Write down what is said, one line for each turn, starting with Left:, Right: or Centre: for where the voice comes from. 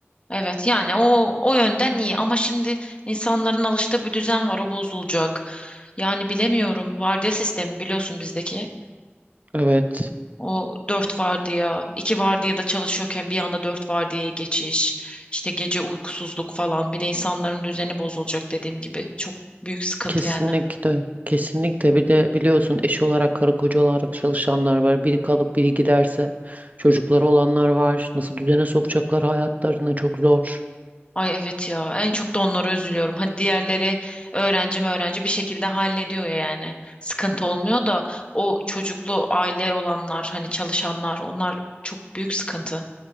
Left: evet yani o o yönden iyi ama şimdi insanların alıştığı bir düzen var o bozulacak. Yani bilemiyorum. Vardiya sistemi biliyorsun bizdeki.
Right: Evet.
Left: O dört vardiya, iki vardiyada çalışıyorken bir anda dört vardiyaya geçiş, işte gece uykusuzluk falan. Bir de insanların düzeni bozulacak dediğim gibi. Çok büyük sıkıntı
Right: Kesinlikle.
Left: yani.
Right: Kesinlikle. Bir de biliyorsun eş olarak karı koca olarak çalışanlar var. Biri kalıp biri giderse çocukları olanlar var. Nasıl düzene sokacaklar hayatlarını çok zor.
Left: Ay evet ya en çok da onlara üzülüyorum. Hadi diğerleri öğrenci mi öğrenci bir şekilde hallediyor yani. Sıkıntı olmuyor da o çocuklu aile olanlar hani çalışanlar onlar çok büyük sıkıntı.